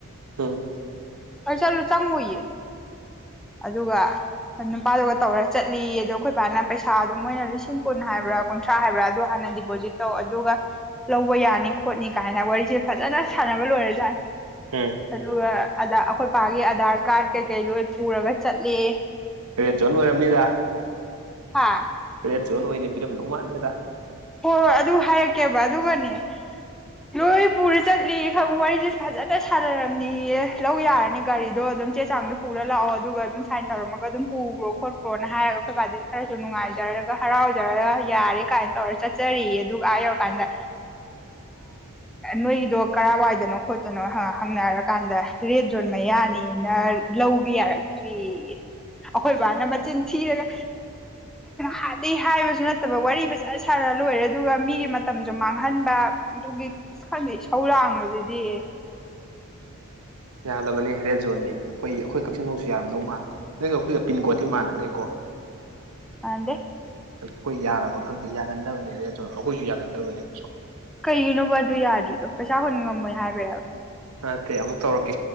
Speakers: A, on the right; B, in the centre.
A: ꯎꯝ
B: ꯑꯩ ꯆꯠꯂꯨ ꯆꯪꯉꯨꯏꯌꯦ ꯑꯗꯨꯒ ꯅꯨꯄꯥꯗꯨꯒ ꯇꯧꯔ ꯆꯠꯂꯤ ꯑꯗꯣ ꯑꯩꯈꯣꯏ ꯄꯅ ꯄꯩꯁꯥ ꯑꯗꯨ ꯃꯣꯏꯅ ꯂꯤꯁꯤꯡ ꯀꯨꯟ ꯍꯥꯏꯕ꯭ꯔꯥ ꯀꯨꯟꯊ꯭ꯔꯥ ꯍꯥꯏꯕ꯭ꯔꯥ ꯑꯗꯨ ꯍꯥꯟꯅ ꯗꯤꯄꯣꯖꯤꯠ ꯇꯧ ꯑꯗꯨꯒ ꯂꯧꯕ ꯌꯥꯅꯤ ꯈꯣꯠꯅꯤ ꯀꯥꯏꯅ ꯋꯥꯔꯤꯁꯦ ꯐꯖꯅ ꯁꯥꯟꯅꯕ ꯂꯣꯏꯔꯖꯥꯠꯅꯤ
A: ꯎꯝ
B: ꯑꯗꯨꯒ ꯑ ꯑꯩꯈꯣꯏ ꯏ ꯄꯄꯥꯒꯤ ꯑꯙꯔ ꯀꯥꯔꯗ ꯀꯩꯀꯩ ꯂꯣꯏ ꯄꯨꯔꯒ ꯆꯠꯂꯤ
A: ꯔꯦꯠ ꯖꯣꯟ ꯑꯣꯏꯔꯝꯅꯤꯗ
B: ꯍꯥ
A: ꯔꯦꯠ ꯖꯣꯟ ꯑꯣꯏꯅꯤ ꯄꯤꯔꯝꯗꯧ ꯃꯥꯟꯗꯦꯗ
B: ꯍꯣꯏ ꯍꯣꯏ ꯑꯗꯨ ꯍꯥꯏꯔꯛꯀꯦꯕ ꯑꯗꯨꯒꯅꯦ ꯂꯣꯏ ꯄꯨꯔ ꯆꯠꯂꯤ ꯐꯕꯛ ꯋꯥꯔꯤꯁꯦ ꯐꯖꯅ ꯁꯥꯟꯅꯔꯝꯅꯤꯌꯦ ꯂꯧ ꯌꯥꯔꯅꯤ ꯒꯥꯔꯤꯗꯣ ꯑꯗꯨꯝ ꯆꯦ ꯆꯥꯡꯗꯣ ꯄꯨꯔ ꯂꯥꯛꯑꯣ ꯑꯗꯨꯒ ꯑꯗꯨꯝ ꯁꯥꯏꯟ ꯇꯧꯔꯝꯃꯒ ꯑꯗꯨꯝ ꯄꯨꯈ꯭ꯔꯣ ꯈꯣꯠꯈ꯭ꯔꯣꯅ ꯍꯥꯏꯔꯒ ꯑꯩꯈꯣꯏꯀꯗꯤ ꯈꯔꯁꯨ ꯅꯨꯡꯉꯥꯏꯖꯔꯒ ꯍꯔꯥꯎꯖꯔꯒ ꯌꯥꯔ ꯌꯥ ꯀꯥꯏꯅ ꯇꯧꯔ ꯆꯠꯆꯔꯤ ꯑꯗꯨ ꯍꯥꯏꯌꯧꯀꯥꯟꯗ ꯅꯣꯏꯗꯣ ꯀꯔꯥꯏ ꯋꯥꯏꯗꯅꯣ ꯈꯣꯠꯇꯅꯣ ꯍꯪꯅꯔꯀꯥꯟꯗ ꯔꯦꯠ ꯖꯣꯟ ꯃꯌꯥ ꯏꯅꯦꯅ ꯂꯧꯕ ꯌꯥꯔꯛꯇ꯭ꯔꯤ ꯑꯩꯈꯣꯏ ꯕꯥꯅ ꯃꯆꯤꯟ ꯊꯤꯔꯒ ꯍꯥꯟꯩ ꯍꯥꯏꯕꯁꯨ ꯅꯠꯇꯕ ꯋꯥꯔꯤ ꯐꯖ ꯁꯥꯔ ꯂꯣꯏꯔꯦ ꯑꯗꯨꯒ ꯃꯤꯒꯤ ꯃꯇꯝꯁꯨ ꯃꯥꯡꯍꯟꯕ ꯑꯗꯨꯒꯤ ꯈꯗ ꯁꯧ ꯂꯥꯡꯕꯗꯨꯗꯤ
A: <inaudible> ꯌꯥꯗꯕꯅꯤ ꯔ ꯔꯦꯠ ꯖꯣꯟꯗꯤ ꯑꯩꯈꯣꯏ ꯑꯩꯈꯣꯏ ꯀꯛꯆꯤꯡ ꯅꯧꯁꯨ ꯌꯥꯔꯝꯗꯧ ꯃꯥꯟꯅꯗꯦ ꯅꯒ ꯑꯩꯈꯣꯏꯒ ꯄꯤꯟꯀꯣꯗꯇꯤ ꯃꯥꯟꯅꯗꯦꯀꯣ <inaudible>
B: ꯑꯗꯦ
A: ꯑꯩꯈꯣꯏ ꯌꯥꯔꯕ ꯈꯪꯗꯦ ꯌꯥꯒꯟꯗꯕꯅꯤ ꯑ ꯑꯩꯈꯣꯏꯁꯨ ꯌꯥꯒꯟꯗꯕꯅꯤ
B: ꯀꯩꯒꯤꯅꯣꯕ ꯑꯗꯨ ꯌꯥꯗ꯭ꯔꯤꯗꯣ ꯄꯩꯁꯥ ꯍꯨꯟ ꯉꯝꯃꯣꯏ ꯍꯥꯏꯕ꯭ꯔꯦꯕ
A: ꯅꯠꯇꯦ ꯑꯃꯨꯛ ꯇꯧꯔꯛꯀꯦ